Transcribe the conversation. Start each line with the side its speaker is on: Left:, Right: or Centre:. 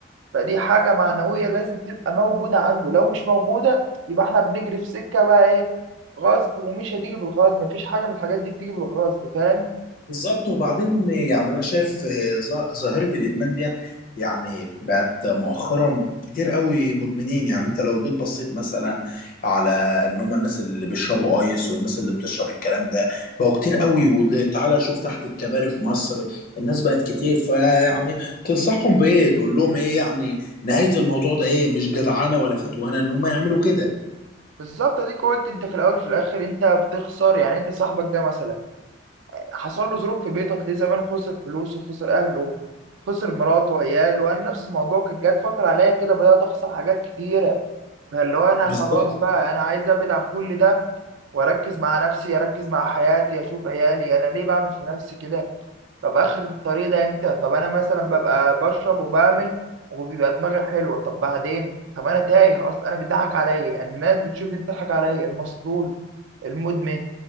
Right: فدي حاجة معنوية لازم تبقى موجودة عنده لو مش موجودة يبقى إحنا بنجري في سكة بقى إيه غصب ومش هتيجي بالغصب مفيش حاجة من الحاجات دي بتيجي بالغصب فاهم
Left: بالظبط وبعدين يعني انا شايف آه، ظا- ظاهره الادمان ديت يعني بقت مؤخرا كتير قوي مدمنين يعني انت لو جيت بصيت مثلا على ان هم الناس اللي بيشربوا ايس والناس اللي بتشرب الكلام ده بقوا كتير قوي وتعالى شوف تحت الكباري في مصر الناس بقت كتير فيعني تنصحهم بايه تقول لهم ايه يعني نهايه الموضوع ده ايه مش جدعانه ولا فتوانه ان هم يعملوا كده
Right: بالظبط اديك قلت انت في الاول وفي الاخر انت بتخسر يعني انت صاحبك ده مثلا حصل له ظروف في بيته هتلاقيه زمان خسر فلوسه خسر اهله خسر مراته وعياله وانا نفس الموضوع كانت جت فتره عليا كده بدات اخسر حاجات كتيره فاللي هو انا
Left: بالظبط
Right: خلاص بقى انا عايز ابعد عن كل ده واركز مع نفسي اركز مع حياتي اشوف عيالي انا ليه بعمل في نفسي كده طب اخر الطريق ده امتى طب انا مثلا ببقى بشرب وبعمل وبيبقى دماغي حلوه طب بعدين طب انا تايه اصلا انا بيضحك عليا الناس بتشوف بتضحك عليا المسطول المدمن